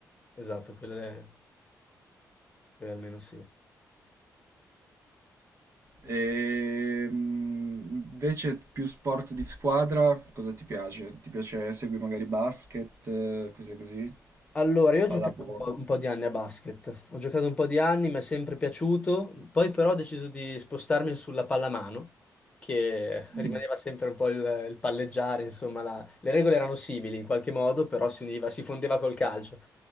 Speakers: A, on the left; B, on the right.
A: esatto, quelle, quelle almeno sì.
B: E mm, invece più sport di squadra, cosa ti piace? Ti piace segui magari basket, eh, cose così?
A: Allora, io ho
B: Pallavolo.
A: giocato un po', un po' di anni a basket, ho giocato un po' di anni, mi è sempre piaciuto, poi però ho deciso di spostarmi sulla pallamano, che
B: Mm.
A: rimaneva sempre un po' il, il palleggiare, insomma, la- le regole erano simili in qualche modo, però si univa, si fondeva col calcio.